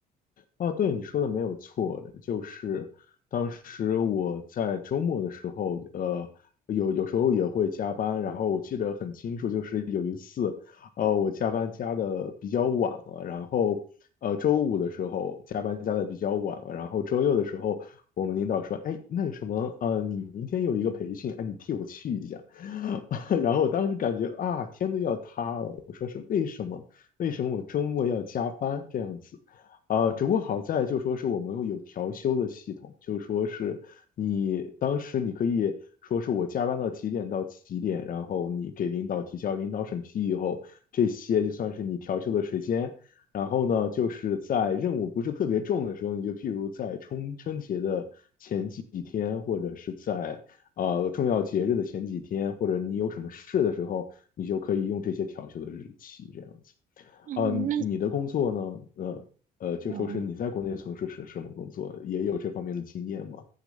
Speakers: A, on the left (about 55°); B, on the right (about 50°).
A: 哦，对，你说的没有错，就是当时我在周末的时候，呃，有有时候也会加班，然后我记得很清楚，就是有一次，呃，我加班加的比较晚了，然后呃，周五的时候加班加的比较晚了，然后周六的时候，我们领导说，哎，那个什么，呃，你明天有一个培训，哎，你替我去一下，<laughs> 然后我当时感觉啊，天都要塌了，我说是为什么？为什么我周末要加班这样子？呃，只不过好在就说是我们有调休的系统，就说是你当时你可以说是我加班到几点到几点，然后你给领导提交，领导审批以后，这些就算是你调休的时间。然后呢，就是在任务不是特别重的时候，你就譬如在春春节的前几天，或者是在呃重要节日的前几天，或者你有什么事的时候，你就可以用这些调休的日期这样子。
B: 嗯，
A: 啊，呃你的工作呢？
B: 那
A: 呃呃，就说是你在国内从事是什么工作？
B: 哦。
A: 也有这方面的经验吗？